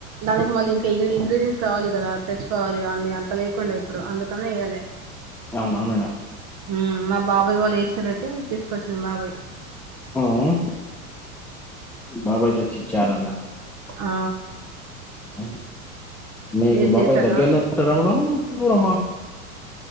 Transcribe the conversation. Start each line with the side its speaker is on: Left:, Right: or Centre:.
Right: దానికి మళ్ళీ ఇంక ఇగి ఇంగ్ర్రిడియయంట్స్ కావాలి కదా తెచ్చు కోవాలి అన్ని అంత లేకుండే ఇప్పుడు అందుకనే ఎయ్యలే
Centre: అవునా మేడం
Right: ఊ మా బాబాయ్ వాళ్ళు ఏసినరైతే తీసుకొచ్చిన్ బాబయ్
Centre: ఊఉ బాబాయ్ తెచ్చిచారంటాంది
Right: ఆ
Centre: ఊహు మీకు
Right: మీరు
Centre: బాబాయ్
Right: చేసారా
Centre: దగ్గర్నే ఉంటడా మేడం దూరమా